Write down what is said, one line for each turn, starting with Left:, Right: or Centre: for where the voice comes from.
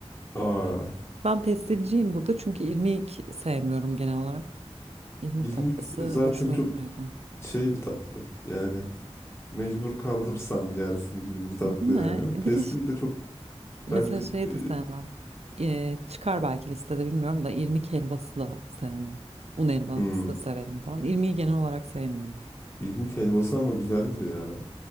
Left: Aa,
Right: Ben pestilciyim burada çünkü irmik sevmiyorum genel olarak. İrmik
Left: irmik
Right: tatlısı
Left: zaten
Right: hoşuma
Left: çok
Right: gitmiyor zaten.
Left: şey bir tatlı. Yani mecbur kalırsan yersin gibi bir tatlı
Right: Değil mi?
Left: yani. Ama Pestil
Right: Bir de ş-
Left: de çok
Right: mesela
Left: bence
Right: şey
Left: e,
Right: de sevmem. Ee, çıkar belki listede bilmiyorum da irmik helvası da sevmem. Un helvası
Left: hmm,
Right: severim falan. İrmiği genel olarak sevmiyorum.
Left: irmik helvası ama güzeldir ya.